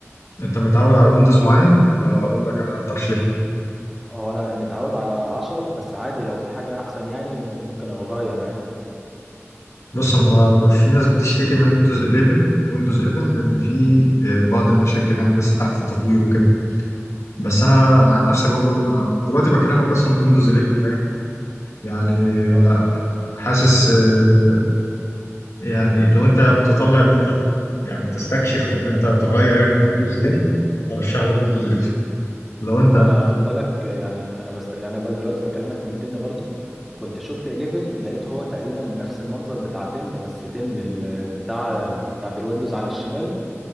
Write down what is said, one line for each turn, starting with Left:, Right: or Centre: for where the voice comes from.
Left: انت متعود على ويندوز معين ولا اقول لك انا ترشيح
Centre: هو انا متعود على 10 بس عادي لو في حاجه احسن يعني ممكن اغير عادي
Left: بص هما في ناس بتشتكي من ويندوز 11 ويندوز 11 لان في آه، بعض المشاكل يعني لسه تحت التطوير وكده بس انا انا عن نفسي برضو انا أنا دلوقتي بكلمك اصلا من ويندوز 11 فاهم يعني
Centre: اه
Left: آه، حاسس آه، يعني لو انت متطلع ان انت يعني تستكشف او ان انت تغير يعني ويندوز 10 ارشح لك ويندوز 11 لو انت
Centre: هو انا خد بالك يعني انا بست... يعني أنا دلوقتي بكلمك من 10 برضو كنت شفت 11 لقيته هو تقريبا نفس المنظر بتاع 10 بس 10 ال- البتاع بتاعه الويندوز على الشمال